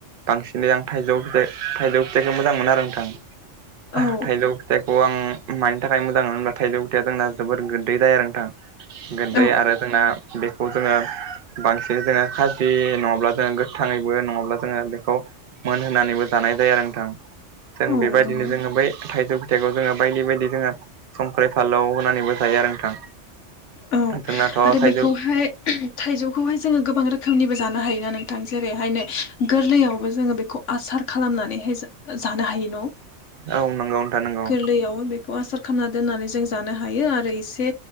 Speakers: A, on the right; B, on the left.
A: बांसिनै आं थाइजौ फिथाइ थाइजौ फिथाइखौ मोजां मोनो आरो नोंथां
B: औ
A: थाइजौ फिथाइ अ आं मानि थाखाय मोजां <unintelligible> बा थाइजौ गुथाइया जोंना जोबोर गो <unintelligible> दै जाया आरो नोंथां। गोददै
B: औ
A: आरो जोंना बेखौ जोङो बांसिनै जोङो खाजि नङाब्ला जोङो गोथाङैबो नङाब्ला जोङो बेखौ मोन होननानैबो जानाय जायो आरो नोंथां जों
B: औ
A: बेबायदिनो
B: नंगौ
A: जोङो बै थाइजौ फिथाइखौ जोङो बायदि बायदि जोङो संख्रि फालाव होनानैबो जायो आरो नोंथां।
B: औ
A: जोंनाथ'
B: आरो
A: थाइजौ
B: बेखौहाय थाइजौखौहाय जोङो गोबां रोखोमनिबो जानो हायोना नोंथां जेरैहायनो गोरलैयावबो जोङो बेखौ आसार खालामनानैहाय जा जानो हायो न'
A: औ नंगौ नोंथां नंगौ
B: गोरलैयाव बेखौ आसार खामना दोननानै जों जानो हायो आरो इसे